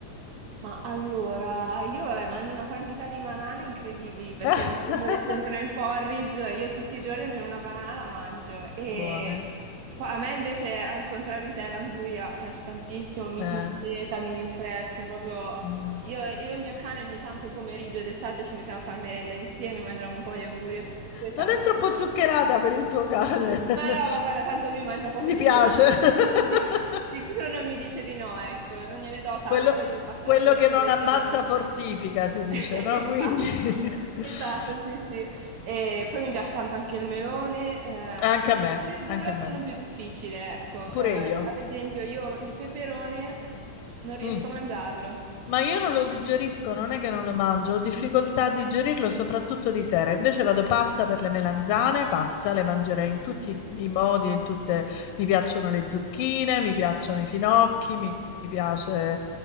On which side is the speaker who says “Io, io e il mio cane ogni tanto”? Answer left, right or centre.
Right